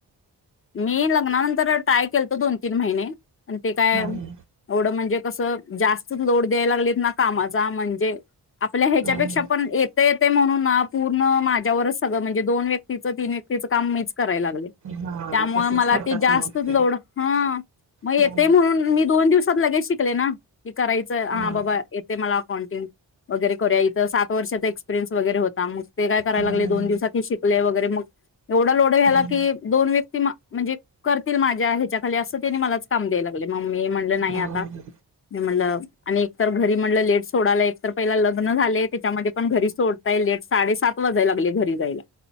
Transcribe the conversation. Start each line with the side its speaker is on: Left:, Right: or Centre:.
Left: मी लग्नानंतर ट्राय केलतो दोन तीन महिने आणि ते काय
Right: नाही
Left: म्हणजे कसं जा लोड द्यायला लागलीत ना कामाचा म्हणज जे आपल्या ह्याच्यापेक्षा
Right: नाही
Left: पण येतय ते म्हणून ना पूर्ण माझ्यावरच सगळं, म्हणजे दोन व्यक्तीचं तीन व्यक्तीचं काम मीच करायलाले
Right: हा
Left: त्यामुळे
Right: तसंच
Left: मला
Right: करतात
Left: ते जास्तच
Right: मग ते
Left: लोड हा मग येतोय
Right: हं,
Left: म्हणून मी दोन दिवस शिकले ना की करायचं हा
Right: हं.
Left: बाबा येते मला अकाउंटिंग वगैरे इथ सात वर्षाचा एक्पिरियन्स वगैेरे होता मग ते काय कराय
Right: म्हणून
Left: लागले दो दिवसात ही शिकले वगैरे ते मग एवढा लोड व्यायला
Right: म्हणून
Left: की दोन व्यक्ती म्हणजे करतील माझ्या ह्याच्या खाली असं त्यानी मलाच काम द्यायला लागले मग मी
Right: नाही,
Left: आता ते म्हणलं आणि एकतर घरी म्हटलं लेट सोडायला एक तर पहिला लग्न झालेय त्याच्यामध्ये पण घरी सोडताय लेट साडेसात वाजायला लागले घरी जायला.